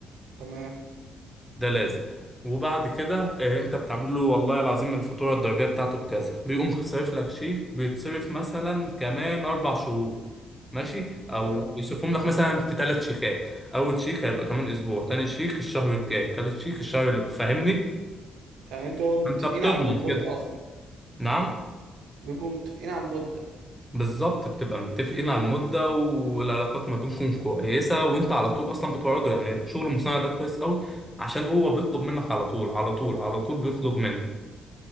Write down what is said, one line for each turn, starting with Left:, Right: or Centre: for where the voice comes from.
Right: تمام
Centre: ده لازم وبعد كده آه، انت بتعمل له والله العظيم الفاتوره الضريبيه بتاعته بكذا بيقوم صارف لك شيك بيتصرف مثلا كمان اربع شهور ماشي او
Right: تمام
Centre: بيصرفهم لك مثلا في ثلاث شيكات اول شيك هيبقى كمان اسبوع تاني شيك الشهر الجاي تالت شيك الشهر اللي فاهمني
Right: تمام انتوا متفقين
Centre: انت بتضمن
Right: على المده
Centre: كده
Right: اصلا
Centre: نعم
Right: بيبقوا متفقين على المده
Centre: بالظبط بتبقى متفقين على المده والعلاقات ما بينكم كويسه وانت على طول اصلا بتوعده يعني شغل المصنع ده كويس قوي عشان هو بيطلب منك على طول على طول على طول بيطلب منك